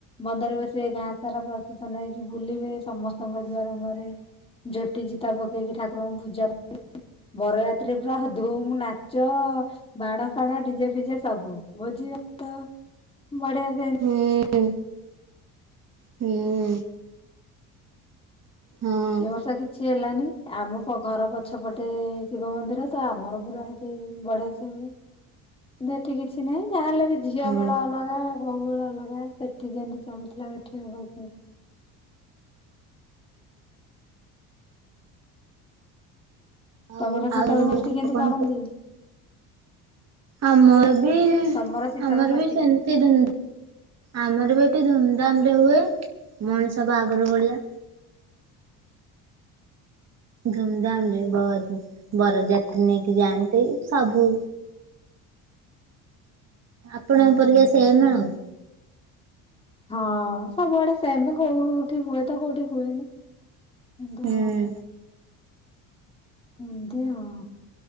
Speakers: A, on the left; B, on the right.
A: ବନ୍ଧରେ ବସିବେ ଗାଁ ସାରା ପ୍ରସେଶନ ହେଇକି ବୁଲିବେ ସମସ୍ତଙ୍କ ଦୁଆର ମୁହଁରେ ଝୋଟି ଜିତା ପକେଇକି ଠାକୁରଙ୍କୁ ପୂଜା ବରଯାତ୍ରୀ ପୁରା ଧୁମ୍ ନାଚ ବାଣ ଫାଣ ଡିଜେ ଫିଜେ ସବୁ ଭୋଜି ଭାତ ବଢ଼ିଆ ସେ
B: ହୁଁ ହୁଁ ହଁ
A: ଏ ବର୍ଷ କିଛି ହେଲାନି। ଆମ କ ଘର ପଛପଟେ ଶିବ ମନ୍ଦିର ତ ଆମର ପୁରା ହୁଁ ବଢ଼ିଆ ସେ ହୁଏ। ନା ଏଠି କିଛି ନାହିଁ। ଯାହା ହେଲେ ବି ଝିଅ
B: ହୁଁ
A: ବେଳ ଅଲଗା ବୋହୂ ବେଳ ଅଲଗା। ସେଠି ଯେମିତି ଚଳୁଥିଲା ଏଠି ହେବ କି।
B: ଆଉ
A: ତମର
B: ଆଉ
A: ଶୀତଳ ଷଷ୍ଠି କେମିତି
B: କଣ
A: ପାଳନ୍ତି?
B: ଆମର ବି
A: ତମର ଶୀତଳ
B: ଆମର
A: ଷଷ୍ଠୀ
B: ବି ସେମିତି
A: କେମିତି ପାଳ
B: ଦ ଆମର ବି ଏଠି ଧୁମଧାମରେ ହୁଏ, ମଣିଷ ବାହାଘର ଭଳିଆ। ଧୁମ୍-ଧାମ୍ ରେ ବରଯାତ୍ରୀ ନେଇକି ଯାଆନ୍ତି, ସବୁ ଆପଣଙ୍କ
A: ହୁଁ
B: ପରିବେଶ ସେମେ ଆଉ।
A: ହଁ ସବୁଆଡେ ସେମ କୋଉ କୋଉଠି ହୁଏ ତ କୋଉଠି ହୁଏନି। କିନ୍ତୁ।
B: ହୁଁ
A: ଏମତି ଆଉ।